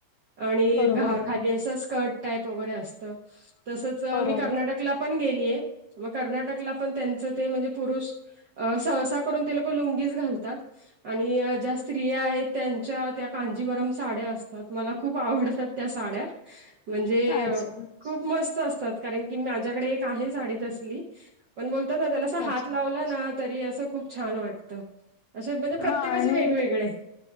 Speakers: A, on the right; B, on the left.
A: आणि
B: बरोबर
A: घा
B: बरोबर
A: खाली अस स्कर्ट टाईप वगैरे असत. तसच
B: बरोबर
A: मी कर्नाटकला पण गेली आहे मग कर्नाटकला पण त्यांचं ते म्हणजे पुरुष अ सहसा करून ते लोक लुंगीच घालतात. आणि ज्या स्त्रिया आहेत त्यांच्या त्या कांजीवरम साड्या असतात मला खूप आवडतात. त्या साड्या. म्हणजे
B: अच्छा
A: खूप मस्त असतात कारण की माझ्याकडे एक आहे साडी तसली. पण बोलतात ना त्याला अस हात
B: अच्छा
A: लावला ना तरी असं खूप छान वाटत. असं म्हणजे प्रत्येकाचे
B: हा आणि
A: वेगवेगळे.